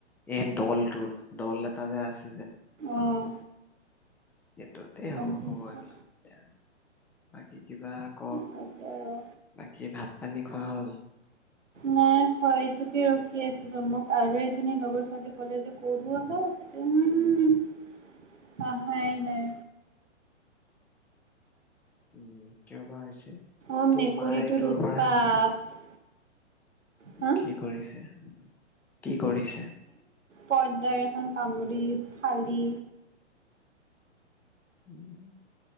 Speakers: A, in the centre; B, on the right.
A: এই দলটোত দল এটা যে আছে
B: আহ
A: স। ত'তে হ'ব
B: পাইছোঁ।
A: হ'ব এইবিলাক আৰু। বাকী কিবা ক
B: বাদ দে আৰু।
A: বাকী ভাত পানী খোৱা হল।
B: নাই হয় এইটোকে ৰখি আছিলো মোক আৰু এজনী লগৰ ছোৱালী ক'লে যে কৰু আহ উম হহাই নাই?
A: উম কিয় বা হৈছে।
B: অ
A: তোৰ
B: মেকুৰীটোৰ
A: মাৰ এইটোৰ
B: উৎপাত।
A: পৰা হ'ল
B: হা
A: কি কৰিছে কি কৰিছে?
B: পৰ্দাৰ এখন কামুৰি ফালি।
A: উম